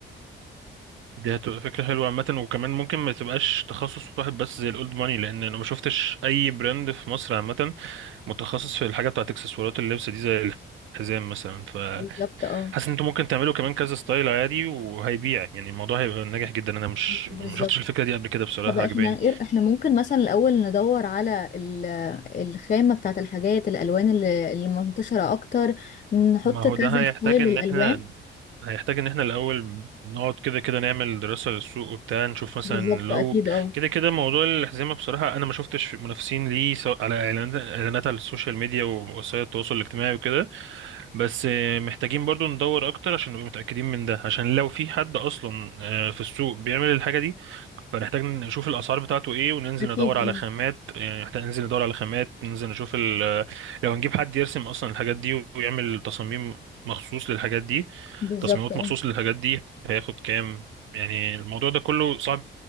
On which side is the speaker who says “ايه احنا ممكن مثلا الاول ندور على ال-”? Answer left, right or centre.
Left